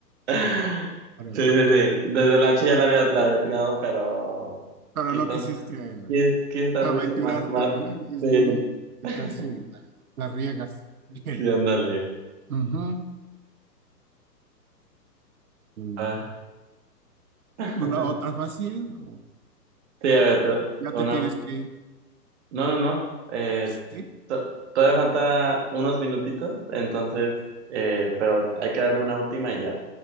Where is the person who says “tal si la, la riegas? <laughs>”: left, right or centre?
Right